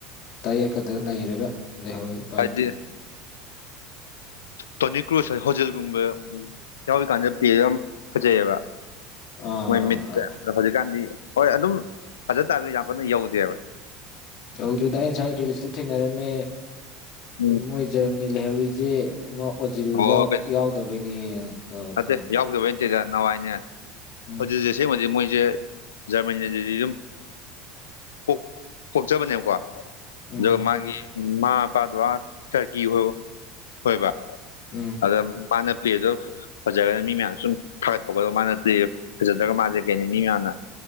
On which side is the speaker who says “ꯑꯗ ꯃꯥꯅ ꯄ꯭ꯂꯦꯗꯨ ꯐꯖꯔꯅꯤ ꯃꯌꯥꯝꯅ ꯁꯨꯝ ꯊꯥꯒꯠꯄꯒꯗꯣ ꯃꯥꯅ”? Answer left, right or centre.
Left